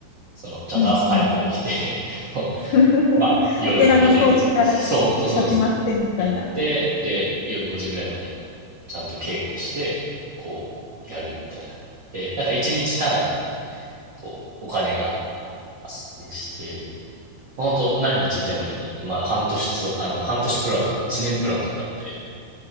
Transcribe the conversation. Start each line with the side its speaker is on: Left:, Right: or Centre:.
Right: その、ちゃんと朝早く起きて
Left: うんうん。
Right: <laughs> こう、
Left: <laughs>
Right: まあ、夜5時ぐ、
Left: お寺の掃除から
Right: そう、本当そうですね。
Left: 始まってみたいな。
Right: やって、で、夜5時ぐらいまで、ちゃんと稽古して、こう、やるみたいな。で、なんか1日単位で、こう、お金が発生して、まあ本当何日いてもいいんで、まあ、半年つ、あの、半年プランとか、1年プランとかあって、